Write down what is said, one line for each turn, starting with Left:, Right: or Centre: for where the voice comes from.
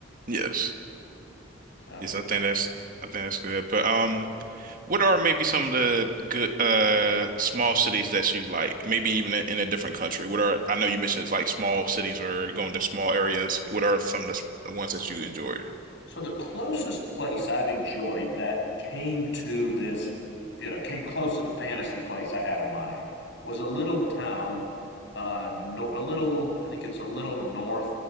Right: Yes.
Left: So.
Right: Yes, I think that's I think that's good. But um what are maybe some of the good uh small cities that you like? Maybe even in a different country. What are I know you mentioned it's like small cities or going to small areas. What are some of the s- the ones that you enjoyed?
Left: So the closest place I've enjoyed that came to this, you know, came close to the fantasy place I had in mind was a little town, uh, no, a little, I think it's a little north